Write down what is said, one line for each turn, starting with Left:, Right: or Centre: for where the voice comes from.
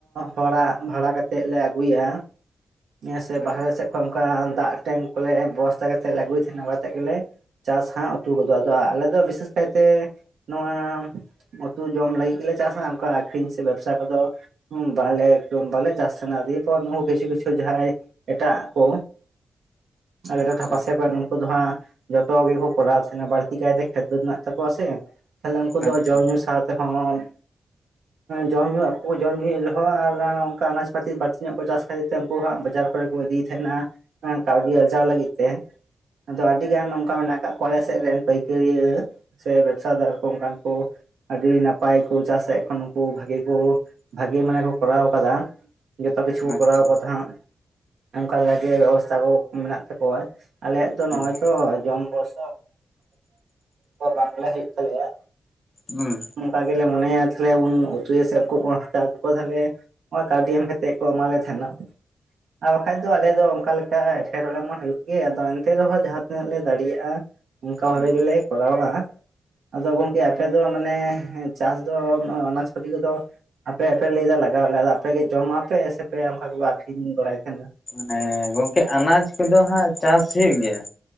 Right: ᱦᱚᱲᱟᱜ ᱵᱷᱟᱲᱟ ᱠᱟᱛᱮᱫ ᱞᱮ ᱟᱹᱜᱩᱭᱟ ᱥᱮ ᱵᱟᱦᱨᱮ
Left: ᱟᱪᱪᱷᱟ
Right: ᱥᱮᱫ ᱠᱷᱚᱱ ᱚᱱᱠᱟ ᱫᱟᱜ ᱴᱮᱝᱠ ᱠᱚᱞᱮ ᱵᱮᱵᱚᱥᱛᱟ ᱠᱟᱛᱮᱫ ᱞᱮ ᱟᱹᱜᱩᱭ ᱛᱟᱦᱮᱱᱟ ᱱᱚᱸᱠᱟ ᱠᱟᱛᱮᱫ ᱜᱮᱞᱮ ᱪᱟᱥ ᱦᱟᱸᱜ ᱩᱛᱩ ᱜᱟᱫᱚᱟ ᱟᱫᱚ ᱟᱞᱮ ᱫᱚ ᱵᱤᱥᱮᱥ ᱠᱟᱭᱛᱮ ᱱᱚᱣᱟ ᱩᱛᱩ ᱡᱚᱢ ᱞᱟᱹᱜᱤᱫ ᱜᱮᱞᱮ ᱪᱟᱥᱟ ᱚᱱᱠᱟ ᱟᱠᱷᱨᱤᱧ ᱥᱮ ᱵᱮᱵᱥᱟ ᱠᱚ ᱫᱚ ᱵᱟᱞᱮ ᱵᱟᱞᱮ ᱪᱟᱥ ᱫᱤᱯᱚᱨ ᱱᱚᱣᱟ ᱠᱤᱪᱩ ᱠᱤᱪᱩ ᱡᱟᱦᱟᱭ ᱮᱴᱟᱜ ᱠᱚ ᱟᱞᱮ
Left: ᱟᱪᱪᱷᱟ
Right: ᱴᱚᱴᱷᱟ ᱯᱟᱥᱮ ᱠᱷᱚᱱ ᱩᱱᱠᱩ ᱫᱚ ᱦᱟᱸᱜ ᱡᱚᱛᱚ ᱜᱮᱠᱚ ᱠᱚᱨᱟᱣ ᱛᱟᱦᱮᱱᱟ ᱵᱟᱹᱲᱛᱤ ᱠᱟᱭᱛᱮ ᱠᱷᱮᱛᱚ ᱨᱮᱱᱟᱜ ᱛᱟᱠᱚᱣᱟ ᱥᱮ ᱛᱟᱦᱞᱮ ᱩᱱᱠᱩ ᱫᱚ
Left: ᱟᱪᱪᱷᱟ
Right: ᱡᱚᱢ ᱧᱩᱩ ᱥᱟᱶ ᱛᱮᱦᱚᱸ ᱡᱚᱢ ᱧᱩᱣᱟᱜ ᱠᱚ ᱡᱚᱢᱧᱩᱭ ᱨᱮᱦᱚᱸ ᱟᱨ ᱚᱱᱠᱟ ᱟᱱᱟᱡᱽ ᱯᱟᱛᱤ ᱵᱟᱹᱲᱛᱤ ᱧᱚᱜ ᱠᱚ ᱪᱟᱥ ᱠᱷᱟᱹᱛᱤᱨ ᱛᱮ ᱩᱱᱠᱩ ᱦᱟᱸᱜ ᱵᱟᱡᱟᱨ ᱠᱚᱨᱮ ᱠᱚ ᱤᱫᱤᱭᱮᱫ ᱛᱟᱦᱮᱱᱟ ᱦᱮᱸ ᱠᱟᱹᱣᱰᱤ ᱟᱨᱡᱟᱣ ᱞᱟᱹᱜᱤᱫ ᱛᱮ ᱟᱫᱚ ᱟᱹᱰᱤ ᱜᱟᱱ ᱚᱱᱠᱟ ᱢᱮᱱᱟᱜ ᱟᱠᱟᱫ ᱠᱚᱣᱟ ᱟᱞᱮ ᱥᱮᱫ ᱨᱮᱱ ᱯᱟᱹᱭᱠᱟᱹᱨᱤᱭᱟᱹ ᱥᱮ ᱵᱮᱵᱽᱥᱟᱫᱟᱨ ᱠᱚ ᱚᱱᱠᱟᱱ ᱠᱚ ᱟᱹᱰᱤ ᱱᱟᱯᱟᱭ ᱠᱚ ᱪᱟᱥᱟ ᱮᱠᱷᱚᱱ ᱩᱱᱠᱩ ᱵᱷᱟᱜᱤ ᱠᱚ ᱵᱷᱟᱜᱮ ᱢᱟᱱᱮ ᱠᱚ ᱠᱚᱨᱟᱣ ᱠᱟᱫᱟ ᱡᱚᱛᱚ ᱠᱤᱪᱷᱩ ᱠᱚ
Left: ᱟᱪᱪᱷᱟ
Right: ᱠᱚᱨᱟᱣ ᱟᱠᱟᱫᱟ ᱦᱟᱸᱜ ᱚᱱᱠᱟᱠᱟᱜᱮ ᱟᱜᱮ ᱚᱵᱚᱥᱛᱷᱟ ᱠᱚ ᱢᱮᱱᱟᱜ ᱛᱟᱠᱚᱣᱟ ᱟᱞᱮᱭᱟᱜ ᱫᱚ ᱱᱚᱜᱼᱚᱭ
Left: ᱟᱪᱪᱷᱟ
Right: ᱛᱚ ᱡᱚᱢ ᱵᱚᱨᱥᱟ <inaudible> ᱚ ᱵᱟᱝᱞᱮ ᱦᱩᱭᱩᱜ ᱛᱟᱞᱮᱭᱟ
Left: ᱦᱩᱸ
Right: ᱚᱱᱠᱟ ᱞᱟᱜᱮ ᱢᱚᱱᱮᱭ ᱩᱛᱩᱭᱟ ᱥᱮ ᱠᱚ ᱠᱚ ᱛᱟᱦᱚᱞᱮ ᱠᱟᱹᱣᱰᱤ ᱮᱢ ᱠᱟᱛᱮᱫ ᱠᱚ ᱮᱟᱞᱮ ᱛᱟᱦᱮᱸᱱᱚ ᱟᱨ ᱵᱟᱠᱷᱟᱡ ᱫᱚ ᱟᱞᱮ ᱫᱚ ᱚᱱᱠᱟ ᱞᱮᱠᱟ ᱮᱴᱮᱨᱚᱞᱮ ᱢᱟ ᱦᱩᱭᱩᱜ ᱜᱮ ᱟᱫᱚ ᱮᱱᱛᱮ ᱨᱮᱦᱚᱸ ᱡᱟᱦᱟᱸ ᱛᱤᱱᱟᱹᱜ ᱞᱮ ᱫᱟᱲᱮᱭᱟᱜᱼᱟ ᱮᱱᱠᱟ
Left: ᱦᱩᱸ
Right: ᱵᱷᱵᱮ ᱜᱮᱞᱮ ᱠᱚᱡᱟᱣᱱᱟ ᱟᱫᱚ ᱜᱚᱝᱠᱤ ᱟᱯᱮᱫᱚ ᱢᱟᱱᱮ ᱪᱟᱥ ᱫᱚ ᱟᱱᱟᱡᱽᱯᱟᱹᱛᱤ ᱠᱚᱫᱚ ᱟᱯᱮᱯᱮ ᱞᱟᱹᱭᱮᱫᱟ ᱞᱟᱜᱟᱣ ᱞᱟᱜᱟᱣ ᱟᱯᱮᱜᱮ ᱜᱮ ᱡᱚᱢᱟᱯᱮ ᱥᱮ ᱯᱮ ᱚᱱᱠᱟ ᱜᱮᱯᱮ ᱟᱠᱷᱨᱤᱧ ᱵᱟᱲᱟᱭ ᱛᱟᱦᱮᱱᱟ?
Left: ᱢᱟᱱᱮ ᱦᱮᱸ ᱜᱚᱝᱠᱮ ᱟᱱᱟᱡ ᱠᱚᱫᱚ ᱦᱟᱸᱜ ᱪᱟᱥ ᱦᱩᱭᱩᱜ ᱜᱮᱭᱟ